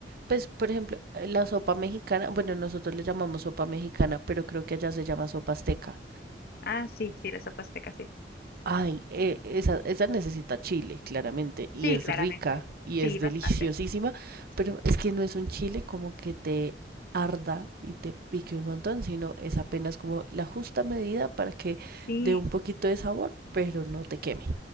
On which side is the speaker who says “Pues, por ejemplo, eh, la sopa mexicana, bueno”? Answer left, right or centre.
Right